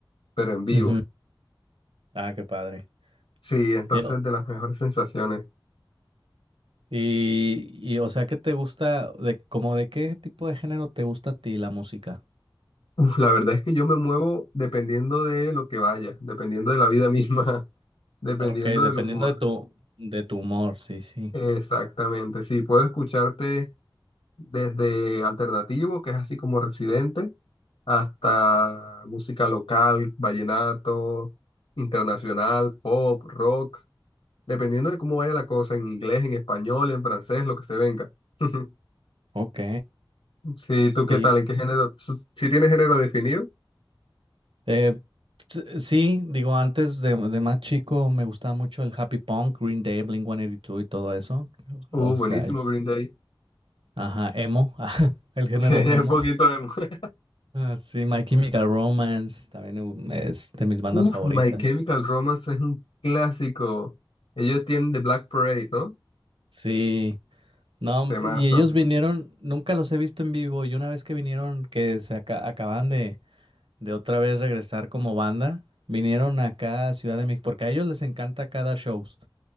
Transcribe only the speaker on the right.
Ujú. Ah, qué padre.
Yo-
Y, y, o sea, ¿qué te gusta de como de qué tipo de género te gusta a ti la música?
Ok, dependiendo
de tu de tu humor, sí, sí.
Ok.
Y
eh, s- sí, digo, antes de, de más chico me gustaba mucho el happy punk, Green Day, Blink-182 y dos y todo eso.
O
sea,
ajá, emo, <laughs> el género
emo.
Ah, sí, My Chemical Romance también u- es de mis
bandas
favoritas.
Sí, no,
y ellos vinieron, nunca los he visto en vivo y una vez que vinieron, que se aca- acaban de, de otra vez regresar como banda, vinieron acá a Ciudad de México, porque a ellos les encanta acá dar shows.